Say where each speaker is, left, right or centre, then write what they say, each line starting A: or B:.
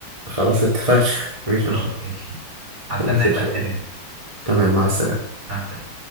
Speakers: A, on the right (about 15°); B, on the right (about 40°).
A: خلاص اتفقنا <laughs> مفيش
B: خلاص
A: مشاكل
B: ماشي هستناك
A: خلاص إن شاء
B: بقى تكلمني
A: الله تمام مع السلامة
B: مع السلامة